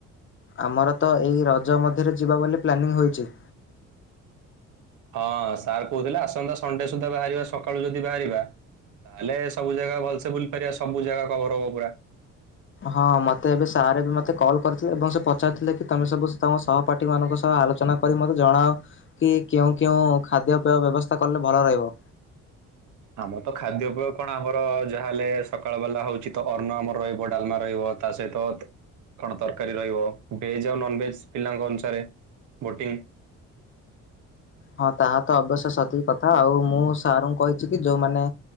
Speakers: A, on the left (about 40°); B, on the right (about 75°).
A: ଆମର ତ ଏଇ ରଜ ମଧ୍ୟରେ ଯିବା ବୋଲି ପ୍ଲାନିଂ ହୋଇଚି।
B: ହଁ ସାର୍ କହୁଥିଲେ, ଆସନ୍ତା ସଣ୍ଡେ ସୁଦ୍ଧା ବାହାରିବା ସକାଳୁ ଯଦି ବାହାରିବା ତାହେଲେ ସବୁ ଜାଗା ଭଲସେ ବୁଲି ପାରିବା, ସବୁ ଜାଗା କଭର ହବ ପୁରା।
A: ହଁ ମତେ ଏବେ ସାର୍ ଏବେ ମତେ କଲ୍ କରିଥିଲେ ଏବଂ ସେ ପଚାରିଥିଲେ କି ତମେ ସବୁ ତମ ସହପ ପାଠି ମାନଙ୍କ ସହ ଆଲୋଚନା କରି ମତେ ଜଣାଅ। କି କେଉଁ କେଉଁ ଖାଦ୍ୟ ପେୟ ବ୍ୟବସ୍ଥା କଲେ ଭଲ ରହିବ।
B: ଆମର ତ ଖାଦ୍ୟପେୟ କଣ ଆମର ଯାହାହେଲେ ସକାଳ ବାଲା ହଉଛି ତ ଅନ୍ନ ଆମର ରହିବ, ଡାଲମା ରହିବ। ତାସହିତ କଣ ତରକାରୀ ରହିବ, ଭେଜ୍ ଆଉ ନନଭେଜ୍ ପିଲାଙ୍କ ଅନୁସାରେ ବୋଟିଂ
A: ହଁ ତାହା ତ ଅବଶ୍ୟ ସତିିକ କଥା, ଆଉ ମୁଁ ସାରଙ୍କୁ କହିଛି କି ଯୋଉମାନେ